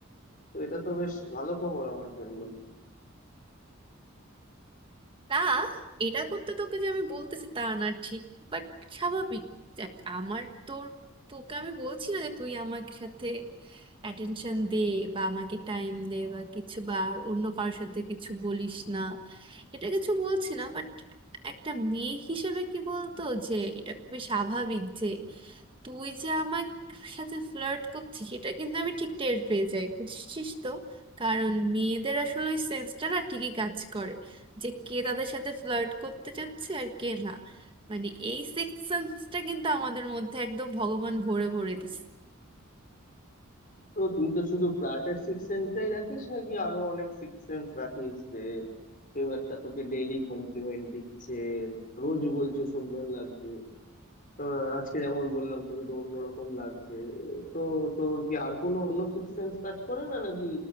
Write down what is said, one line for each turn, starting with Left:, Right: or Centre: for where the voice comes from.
Left: তো এটা তো বেশ ভালো খবর আমার জন্য
Right: না এটা করতে তোকে যে আমি বলতেছি তা না ঠিক বাট স্বাভাবিক দেখ আমার তোর তোকে আমি বলছি না যে তুই আমার সাথে অ্যাটেনশন দে বা আমাকে টাইম দে বা কিছু বা আর অন্য কারোর সাথে কিছু বলিস না এটা কিছু বলছি না বাট একটা মেয়ে হিসেবে কি বলতো যে এটা খুবই স্বাভাবিক যে তুই যে আমার সাথে ফ্লার্ট করছিস এটা কিন্তু আমি ঠিক টের পেয়ে যাই বুঝছিস তো কারণ মেয়েদের আসলে ওই সেন্সটা না ঠিকই কাজ করে যে কে তাদের সাথে ফ্লার্ট করতে চাচ্ছে আর কে না মানে এই সিক্স সেন্সটা কিন্তু আমাদের মধ্যে একদম ভগবান ভরে ভরে দিছে
Left: তো তুই তো শুধু ফ্ল্যাটের সিক্স সেন্সটাই রাখিস নাকি আরো অনেক সিক্স সেন্স রাখিস যে কেউ একটা তোকে ডেইলি কমপ্লিমেন্ট দিচ্ছে রোজ বলছে সুন্দর লাগছে তো আজকে যেমন বললাম তোকে তো অন্যরকম লাগছে তো তোর কি আর কোনো অন্য সিক্স সেন্স কাজ করে না নাকি